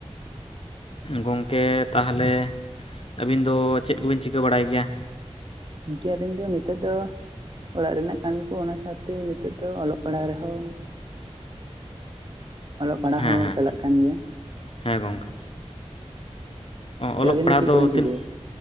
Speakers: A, on the left; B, on the right.
A: ᱜᱚᱝᱠᱮ ᱛᱟᱦᱚᱞᱮ ᱟᱹᱵᱤᱱ ᱫᱚ ᱪᱮᱫ ᱠᱚᱵᱤᱱ ᱪᱤᱠᱟᱹ ᱵᱟᱲᱟᱭ ᱜᱮᱭᱟ?
B: ᱤᱱᱠᱮ ᱟᱹᱞᱤᱧ ᱫᱚ ᱱᱤᱛᱚᱜᱜ ᱫᱚ ᱚᱲᱟᱜ ᱨᱮᱱᱟᱜ ᱠᱟᱹᱢᱤ ᱠᱚ ᱚᱱᱟ ᱥᱟᱶᱛᱮ ᱱᱤᱛᱚᱜ ᱫᱚ ᱚᱞᱚᱜ ᱯᱟᱲᱦᱟᱜ ᱨᱮᱦᱚᱸ ᱚᱞᱚᱜ ᱯᱟᱲᱦᱟᱜ
A: ᱦᱮᱸ
B: ᱦᱚᱸ
A: ᱦᱮᱸ
B: ᱪᱟᱞᱟᱜ ᱠᱟᱱ ᱜᱮᱭᱟ᱾
A: ᱦᱮᱸ ᱜᱚᱝᱠᱮ
B: ᱜᱚᱝᱠᱮ
A: ᱚᱞᱚᱜ
B: ᱟᱵᱤᱱ
A: ᱯᱟᱲᱦᱟᱣ
B: ᱪᱮᱫ
A: ᱫᱚ
B: ᱠᱚᱵᱤᱱ ᱪᱤᱠᱟᱹᱭᱟ?
A: ᱛᱤᱱᱟᱹᱜᱼᱼ